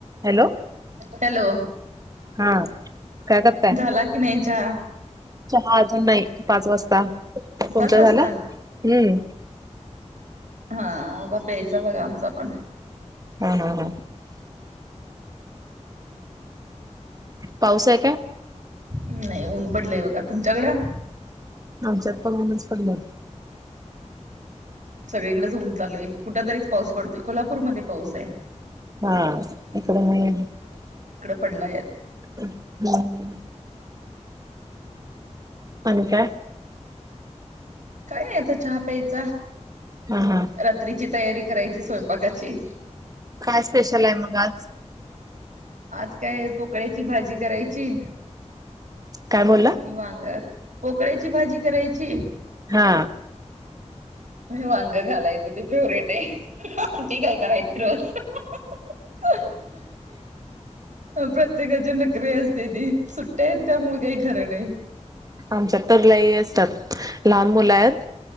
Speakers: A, on the right (about 30°); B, on the right (about 85°).
A: Hello
B: hello?
A: हा काय करताय?
B: झाला की नाही चहा?
A: चहा अजून नाही पाच वाजता, तुमचा
B: पाच वाजता
A: झालां? हम्म.
B: हा बा प्यायचा बघा आमचा पण.
A: हा हा हा. पाऊस आहे काय?
B: नाही ऊन पडलंय बघा. तुमच्याकडं?
A: आमच्यात पण ऊनच पडलं.
B: सगळीकडेच ऊन चालू आहे, कुठ तरीच पाऊस पडतोय कोल्हापूरमध्येध्ये पाऊस आहे.
A: हा इकड नाही.
B: पडलायत.
A: हम्. आणि काय?
B: काही नाही. आता चहा प्यायचा,
A: हा हा
B: रात्रीची तयारी करायची. स्वयंपाकाची
A: काय स्पेशल आहे मगं आज?
B: आज काय पोकळ्याची भाजी करायची,
A: काय बोलला
B: नि वांग. पोकळा्याची भाजी करायची.
A: हा.
B: आणि वांग घालायच ते फेवरेट आहे, आमटी काय करायची रोज. <inaudible> प्रत्येकाच्या नखरी असतेती ती सुट्ट्या आहेत त्यामुळे काही खरं नाही. <inaudible>
A: आमच्या तर लय असतात. लहान मुला आहेत.